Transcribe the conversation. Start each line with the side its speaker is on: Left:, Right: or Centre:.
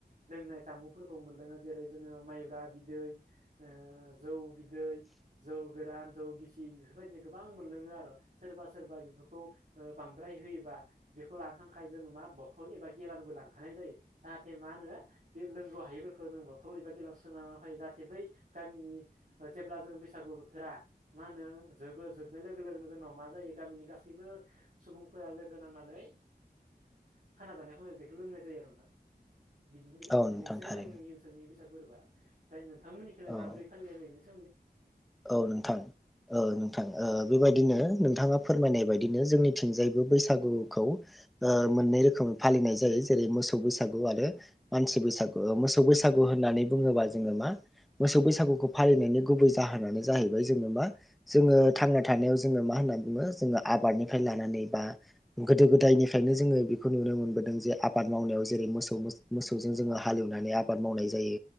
Right: लोंनाय जामुंफोरखौ मोनदोङो जेरै जोङो माइब्रा बिदै ओ जौ बिदै जौ गोरान जौ गिसि बेफोरबायदिनो गोबां मोनलोङो आरो सोरबा सोरबा सोरबा बेफोरखौ ओ बांद्राय होयोबा बे लानो थाखाय जों मा बथल एबा गेेलानबो लांखानाय जायो जाहाथे मा होनो बे लोंगौ हायैफोरखौ जों बथल एबा गेलाव सोननानै फायो जाहाथे बै गामिनि जेब्ला जों बैसागु बोथोरा मा हो नो जोबो जोबनाय लोगो लोगोनो जोंनाव मा जायो गामिनि गासैबो सुबुंफोरा लोगो नांनानै खाना जानाय खम बेखौल' लोंनाय जायो आरो नोंथां। बिदिनो
Centre: औ
Right: बिदिनोसै
Centre: नोंथां थारैनो
Right: जोंनि ओनसोलनि बैसाग फोरबोआ ओमफाय नोंथांमोननिखैलाय माबोरै
Centre: औ
Right: फालिनाय जायो बेनि सो
Centre: औ नोंथां ओ नोंथां ओ बेबायदि नो नोंथाङा फोरमायनाय बायदिनो जोंनिथिंजायबो बैसागुखौ ओ मोनै रोखोमै फालि फालिनाय जायो जेरै मोसौ बैसागु आरो मानसि बैसागु मोसौ बैसागु होननानै बुङोबा जोङो मा मोसौ बैसागुखौ फालिनायनि गुबै जा जाहोनानो जाहैबाय जोङो मा जोङो थांना थानायाव जोङो मा होननानै बुङो जोङो आबादनिफ्राय लानानै बा गोदायनिफ्रायनो जोङो बेखौ नुनो मोनदों जे आबाद मावनायाव जेरै मोसौ मोसौ जों जोङो हालेवनानै आबाद मावनाय जायो